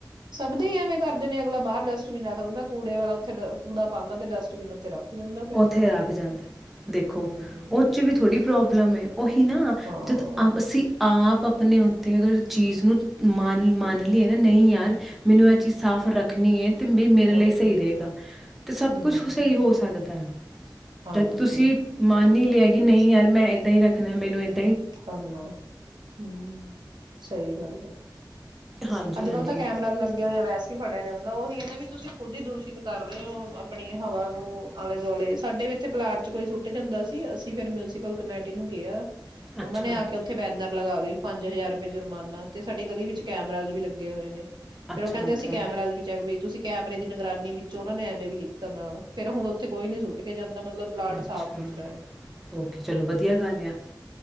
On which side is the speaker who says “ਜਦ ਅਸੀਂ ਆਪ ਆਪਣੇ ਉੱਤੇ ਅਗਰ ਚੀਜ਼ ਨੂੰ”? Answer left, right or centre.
Centre